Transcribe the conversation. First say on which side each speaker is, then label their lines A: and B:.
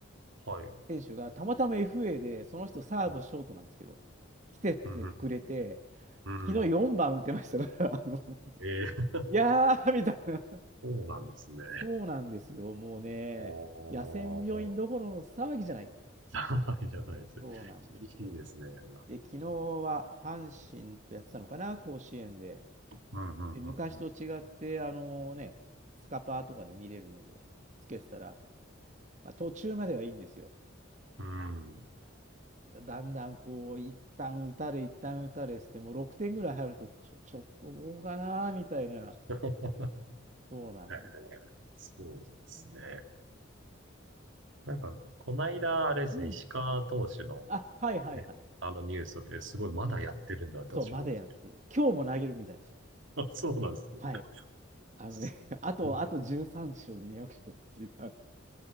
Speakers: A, on the right; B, on the right.
A: はい。
B: 選手がたまたま FA で、その人サード、
A: うん。
B: ショートなんですけど、来てくれて、
A: うん。うん。
B: くれて
A: うん
B: 昨日4番打ってましたから、<laughs> あの、
A: ええ
B: いやーみたいな。
A: <laughs> そうなんですね。
B: そうなんですよ、もうね、
A: おー。
B: 野戦病院どころの騒ぎじゃない。
A: <laughs> じゃないじゃないです。
B: そうなんですよ。
A: 厳しいですね、なかなか。
B: で、昨日は阪神とやってたのかな、甲子園で。
A: うんうんうんうん。
B: で、昔と違って、あのね、スカパーとかで見れるので、つけてたら、まあ、途中まではいいんですよ。
A: うんうん。<laughs> うん。
B: だんだんこう、一旦打たれ、一旦打たれして、もう6点ぐらい入ると、ちょ、ちょっとどうかな、みたいな、
A: え
B: そうなんです
A: えそうですね。
B: よね。
A: なんか、こないだ、あれですね、
B: うん。
A: 石川投手の
B: あ、はいはいはい。
A: ね、あのニュースを見て、すごいまだやってるんだと私思いまし
B: うん。そう、までやってる、今日も投げるみたいですよ。
A: た。<laughs> そうなんですね。
B: はい。あのね、
A: <laughs>
B: <laughs> あと、
A: う
B: あと13勝で200勝っていう。<laughs>